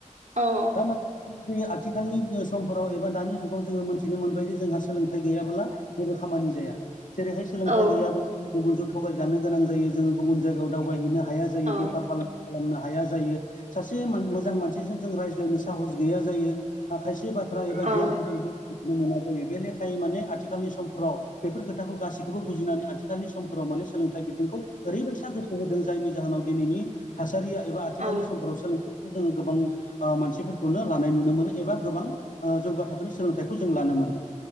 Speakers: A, on the right (about 65°); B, on the left (about 75°).
A: औ
B: दा नाथाय आथिखालनि समफोराव एबा दानि जुगाव जोङो मोनथिनो मोनबायदि जोंहा सोलोंथाइ गैयाबोला जेबो खामानि जाया जेरैहाय सोलोंथाइ
A: औ
B: गैयाब्ला गुबुनजों थगायजानो गोनां जायो जोङो गुबुन जायगायाव दावबायहैनो हाया जायो
A: औ
B: बेफार फालांगि खालामनो हाया जायो। सासे मोन मोजां मानसिजों जों रायज्लायनो साहस गैया जायो। ओ खायसे बाथ्रा एबा
A: औ
B: गियानफोरखौ जों बेखौनो मोनै जायो बे लेखायै माने आथिखालनि समफोराव बेफोर खोथाखौ गासैखौबो बुजिनानै आथिखालनि समफोराव माने सोलोंथाइ बिथिंखौ ओरैबायसा गो सो होदों जायनि जाहोनाव दिनैनि थासारिया एबा आथिखालनि
A: औ
B: समफोराव सोलोंथाइखौ जोङो गोबां ओ मानसिफोरखौनो लानाय नुनो मोनो एबा गोबां ओ जौगा थाखोनि सोलोंथाइखौ जों लानो मोनो।